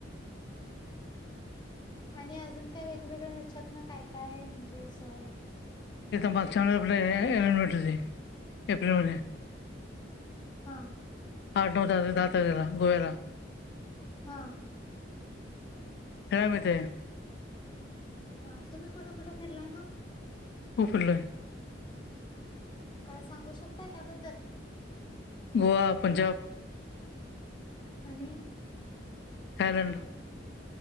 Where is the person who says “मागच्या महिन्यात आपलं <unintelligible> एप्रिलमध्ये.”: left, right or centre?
Left